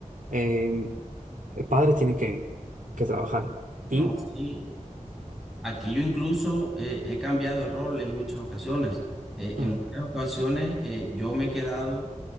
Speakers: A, on the right (about 80°); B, in the centre.
A: eh, padres tienen que, que trabajar.
B: no,
A: Y...
B: sí. Aquí yo incluso eh, he cambiado el rol en muchas ocasiones. Eh,
A: Mm,
B: en muchas ocasiones eh, yo me he quedado